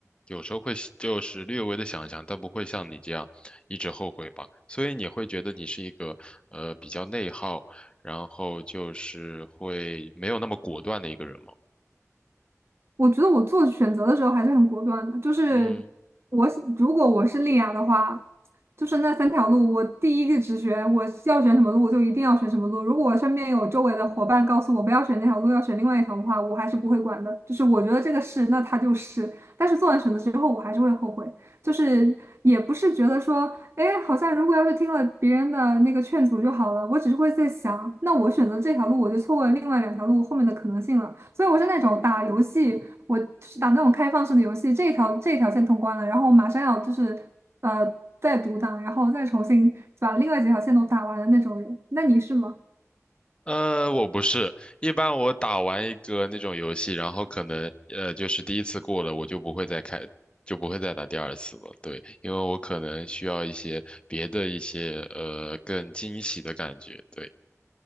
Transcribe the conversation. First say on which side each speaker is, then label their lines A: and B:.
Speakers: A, on the left; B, on the right.
A: 有时候会就是略微的想一想，但不会像你这样一直后悔吧。所以你会觉得你是一个呃比较内耗，然后就是会没有那么果断的一个人吗？
B: 我觉得我做选择的时候还是很果断的，就是我如果我是丽雅的话，
A: 嗯。
B: 就是那三条路，我第一个直觉我是要选什么路，我就一定要选什么路。如果我身边有周围的伙伴告诉我不要选那条路，要选另外一条的话，我还是不会管的。就是我觉得这个是，那它就是。但是做完选择之后，我还是会后悔，就是也不是觉得说。哎，好像如果要是听了别人的那个劝阻就好了，我只是会在想，那我选择这条路，我就错过了另外两条路后面的可能性了。所以我是那种打游戏，我就是打那种开放式的游戏，这一条这一条线通关了，然后我马上要就是呃再独档，然后再重新把另外几条线都打完的那种人。那你是吗？
A: 呃，我不是，一般我打完一个那种游戏，然后可能呃，就是第一次过了，我就不会再开，就不会再打第二次了。对，因为我可能需要一些别的一些呃更惊喜的感觉。对，